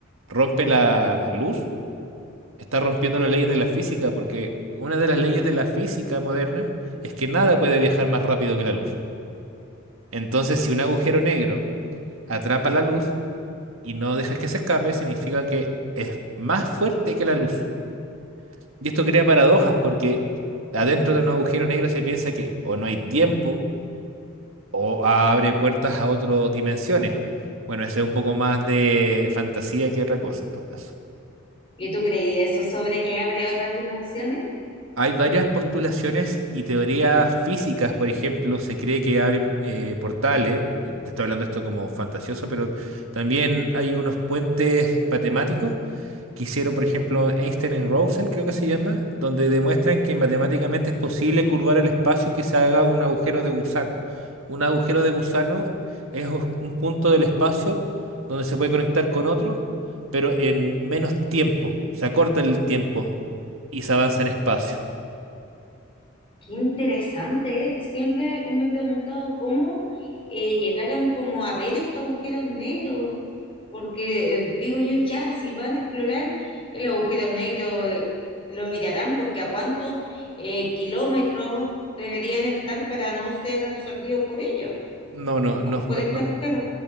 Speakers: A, on the right; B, on the left.
A: rompe la luz, está rompiendo las leyes de la física, porque una de las leyes de la física moderna es que nada puede viajar más rápido que la luz. Entonces, si un agujero negro atrapa la luz y no dejas que se escape, significa que es más fuerte que la luz. Y esto crea paradojas porque adentro de un agujero negro se piensa que o no hay tiempo o abre puertas a otras dimensiones. Bueno, eso es un poco más de fantasía que otra cosa en todo caso.
B: ¿Y tú creías eso sobre que abre otras dimensiones?
A: Hay varias postulaciones y teorías físicas, por ejemplo, se cree que abren eh, portales, eh, te estoy hablando esto como fantasioso, pero también hay unos puentes matemáticos que hicieron, por ejemplo, Einstein y Rosen, creo que se llama, donde demuestran que matemáticamente es posible curvar el espacio y que se haga un agujero de gusano. Un agujero de gusano es u- un punto del espacio donde se puede conectar con otro, pero en menos tiempo, se acorta el tiempo y se avanza en espacio.
B: Qué interesante, ¿eh? Siempre me he preguntado cómo eh, llegaron como a ver estos agujeros negros, porque eh, digo yo, ya, si van a explorar el agujero negro, eh, lo mirarán porque a cuántos eh, kilómetros deberían estar para no ser absorbidos por ellos,
A: No, no, no,
B: por
A: no,
B: este
A: no,
B: agujero.